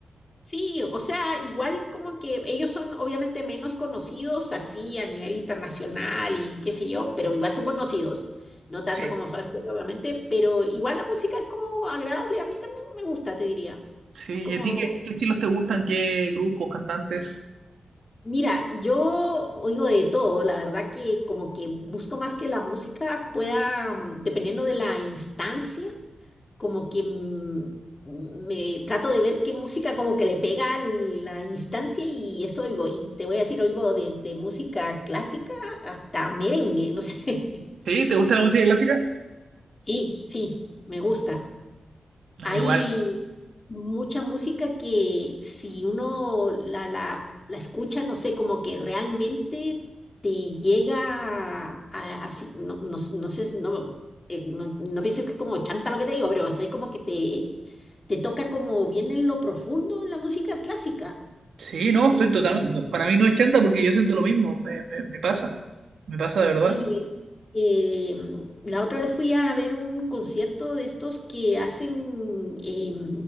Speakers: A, on the left; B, on the right.
A: Sí, o sea, igual como que ellos son obviamente menos conocidos así a nivel internacional y qué sé yo, pero igual son conocidos, no tanto
B: Sí.
A: como Soda Stereo, obviamente, pero igual la música es como agradable, a mí también me gusta, te diría.
B: Sí,
A: Es como,
B: ¿y a ti qué, qué estilos te gustan? ¿Qué grupos, cantantes?
A: mira, yo oigo de todo, la verdad que como que busco más que la música pueda, mm, dependiendo de la instancia como que mm, me trato de ver qué música como que le pega a la instancia y eso oigo. Y te voy a decir, oigo de, de música clásica hasta merengue, no sé. <laughs>
B: ¿Sí? ¿Te gusta la música clásica?
A: Sí, sí, me gusta. Hay
B: A mí igual.
A: mucha música que si uno la, la, la escucha, no sé, como que realmente te llega a, a- así, no, no, no sé, no, eh, no, no pienses que es como chanta lo que te digo, pero o sea, es como que te, te toca como bien en lo profundo en la música clásica.
B: Sí, no,
A: Es-
B: estoy totalmente. no, para mí no es chanta porque yo siento lo mismo. Me, me- me pasa. Me pasa de verdad.
A: oye, em, la otra vez fui a ver un concierto de estos que hacen, em,